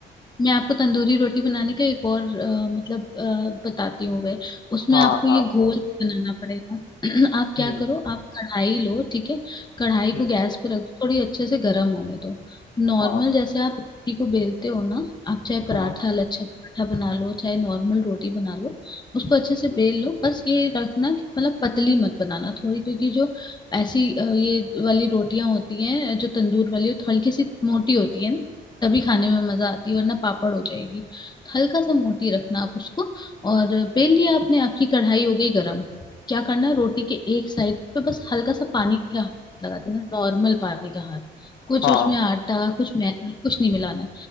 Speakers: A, on the left; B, on the left.
A: मैं आपको तंदूरी रोटी बनाने का एक और अ, मतलब अ, बताती हूँ गए उसमें
B: हाँ
A: आपको
B: हाँ
A: ये
B: बताओ
A: घोल बनाना पड़ेगा <clears throat> आप क्या
B: हम्म
A: करो आप कढ़ाई लो ठीक है कढ़ाई
B: हम्म
A: को गैस पे रख दो थोड़ी अच्छे से गर्म होने दो नॉर्मल
B: हाँ
A: जैसे आप रोटी को बेलते हो ना आप चाहे पराठा
B: हाँ
A: लच्छा पराठा बना लो चाहे नॉर्मल रोटी बना लो उसको अच्छे से
B: हाँ
A: बेल लो बस ये रखना कि मतलब पतली मत बनाना थोड़ी क्योंकि जो ऐसी अ, ये वाली रोटियां होती हैं जो तंदूर वाली वो हल्की सी मोटी होती है ना तभी खाने में मजा आती है वरना पापड़ हो जाएगी तो हल्का सा मोटी रखना आप उसको और बेल लिया आपने आपकी कढ़ाई हो गई गरम क्या करना है रोटी के एक साइड पे बस हल्का सा पानी का हाथ लगा देना नॉर्मल पानी का हाथ
B: हाँ
A: कुछ उसमें आटा कुछ मैदा कुछ नहीं मिलाना है